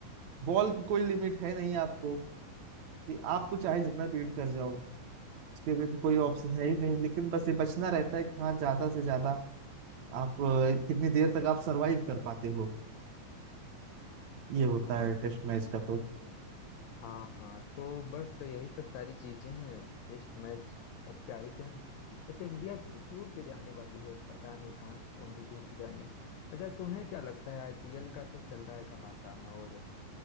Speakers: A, on the right; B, on the left.
A: बॉल की कोई लिमिट है नहीं आपको कि आपको चाहे जितना बीट कर जाओ उसके भी तो कोई ऑप्शन है ही नहीं लेकिन बस ये बचना रहता है कि हाँ ज्यादा से ज्यादा आप अ, कितनी देर तक आप सरवाइव कर पाते हो ये होता
B: हाँ
A: है टेस्ट मैच का तो
B: हाँ हाँ तो बस यही सब सारी चीजें हैं टेस्ट मैच कब क्या ही कहें वैसे इंडिया किसी टूर पे जाने वाली है पता नहीं कहाँ कौन से टूर पे जानी है अच्छा तुम्हें क्या लगता है आईपीएल का तो चल रहा है घमासान और